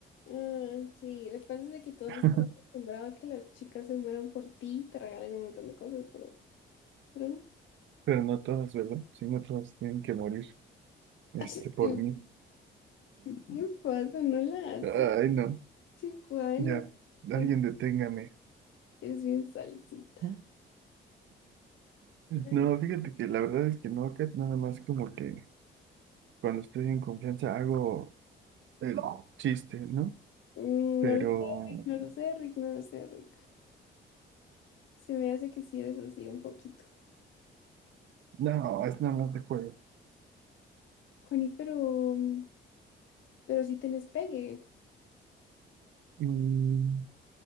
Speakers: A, on the left; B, on the right.
A: Ah, sí, lo que pasa es de que todos
B: <laughs>
A: están acostumbrados a que las chicas se mueran por ti y te regalen un montón de cosas, pero, pero no.
B: pero no todas, ¿verdad? Sí, no todas tienen que morir, este,
A: <laughs>
B: por mí.
A: ¿Qué te pasa? No la
B: <laughs>
A: haces.
B: Ay, no,
A: Giovanni,
B: ya, alguien
A: es,
B: deténgame.
A: eres bien salsita.
B: <laughs>
A: Ay.
B: No, fíjate que la verdad es que no, Kat, nada más como que cuando estoy en confianza hago el chiste, ¿no?
A: Mm,
B: Pero
A: No lo sé, Rick, no lo sé, Rick, no lo sé, Rick. Se me hace que sí eres así un poquito.
B: no, es nada más de juego.
A: Juani, pero, mm, pero si tenés pegue,
B: Mm,